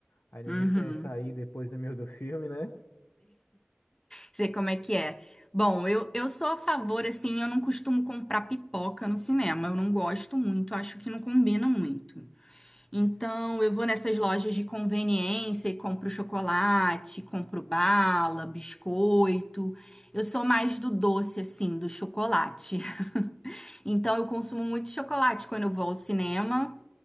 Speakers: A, on the left; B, on the left.
A: aí ninguém
B: Uhum.
A: quer sair depois do meio do filme, né?
B: Sei como é que é. Bom, eu, eu sou a favor, assim, eu não costumo comprar pipoca no cinema. Eu não gosto muito, acho que não combina muito. Então, eu vou nessas lojas de conveniência e compro chocolate, compro bala, biscoito. Eu sou mais do doce, assim, do chocolate. <laughs> Então, eu consumo muito chocolate quando eu vou ao cinema.